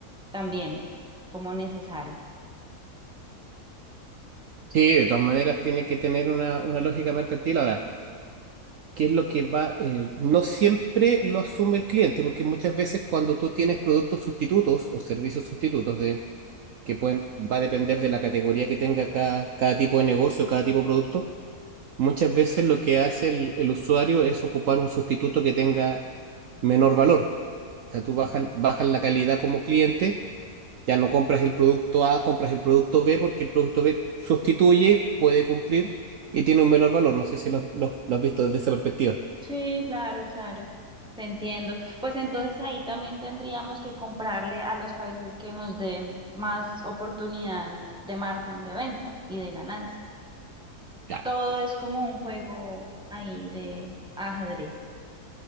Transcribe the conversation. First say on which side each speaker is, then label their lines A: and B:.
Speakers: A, in the centre; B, on the right (about 65°).
A: también como necesario.
B: Sí, de todas maneras tiene que tener una, una lógica mercantil. Ahora, ¿qué es lo que va? eh, no siempre lo asume el cliente, porque muchas veces cuando tú tienes productos sustitutos o servicios sustitutos de, que pueden, va a depender de la categoría que tenga cada, cada tipo de negocio, cada tipo de producto, muchas veces lo que hace el el usuario es ocupar un sustituto que tenga menor valor O sea, tú bajas, bajas la calidad como cliente, ya no compras el producto A, compras el producto B porque el producto B sustituye, puede cumplir y tiene un menor valor. No sé si lo, lo- lo has visto desde esa perspectiva.
A: Sí, claro, claro. Te entiendo. Pues entonces ahí también tendríamos que comprarle a los países que nos den más oportunidad de margen de venta y de ganancia.
B: Claro,
A: Todo es como un juego ahí de ajedrez.